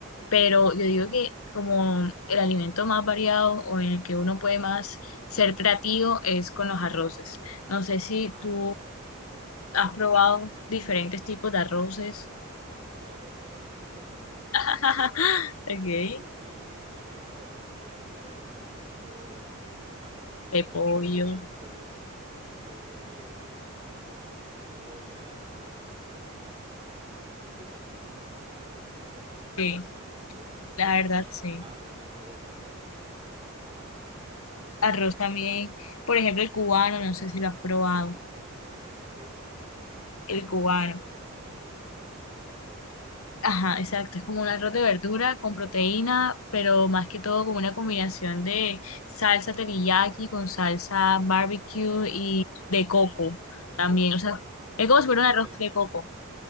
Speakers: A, on the left; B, on the right.
A: pero yo digo que como el alimento más variado o en el que uno puede más ser creativo es con los arroces. No sé si
B: Ah,
A: tú
B: dale.
A: has probado diferentes tipos de arroces.
B: Yo soy arrocero. <laughs>
A: <laughs> Okay.
B: Entonces sí, sí, sí, claro, arroz de verdura, arroz de coco, arroz de fideo,
A: De pollo,
B: arroz blanco, eh, arroz de cebolla, arroz de verduritas, ajá. Ya, y de todo tipo de arroz y la verdad es que me gustan casi todos.
A: sí,
B: Yo me
A: la
B: lo... gu-
A: verdad sí.
B: Arroz de pollo, arroz de atún, de todos. ¿Qué
A: Arroz
B: te cuál?
A: también, por
B: Ajá.
A: ejemplo, el cubano, no sé si lo has probado.
B: ¿Cuál, cuál es ese? Es
A: el
B: que
A: cubano.
B: me suena que es el arroz de verdura, pero diferente.
A: Ajá, exacto. Es como un arroz de verdura con proteína, pero más que todo con una combinación de salsa teriyaki con salsa barbecue
B: Ok.
A: y
B: ¿Y
A: de coco también.
B: cuál,
A: O sea, es
B: y
A: como
B: cuál
A: si
B: es
A: fuera
B: la
A: un
B: proteína?
A: arroz de coco.